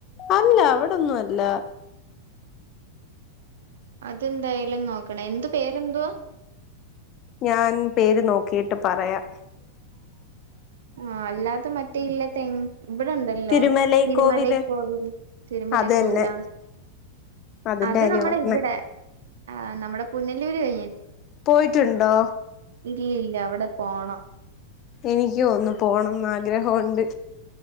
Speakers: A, on the left; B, on the right.
A: അല്ല അവിടൊന്നും അല്ല.
B: അതെന്തായാലും നോക്കണെ എന്ത് പേരെന്തുവാ
A: ഞാൻ പേര് നോക്കിട്ട് പറയാം
B: ആ അല്ലാതെ മറ്റേ ഇല്ല തെങ്ങ് ഇവിടുണ്ടല്ലോ
A: തിരുമലൈ
B: തിരുമലെക്കോവിൽ
A: കോവില്
B: തിരുമലെക്കോവിലാ
A: അത് തന്നെ അതിന്റെ
B: അത്
A: കാര്യ
B: നമ്മടെ
A: പറഞ്ഞേ
B: ഇവിടെ ആ നമ്മടെ പുനലൂര്കഴി
A: പോയിട്ടുണ്ടോ
B: ഇല്ലില്ല അവിടെ പോണം
A: എനിക്ക് ഒന്ന് പോണം ന്നാ ഗ്രഹവൊണ്ട്